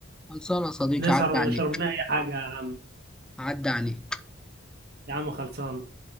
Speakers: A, in the centre; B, on the right.
A: خلصانه يا صديقي
B: نسهر
A: عدى
B: ونشرب
A: عليك
B: لنا أي حاجة يا عم
A: عدى عليك
B: يا عم خلصان